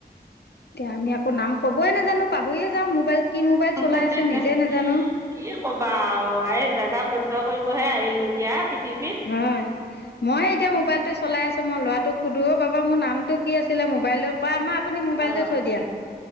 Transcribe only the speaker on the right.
<unintelligible>
কি কবা আও এই জেগা বন্ধ কৰিবহে আহিলো এতিয়া পৃথিৱীত
অঁ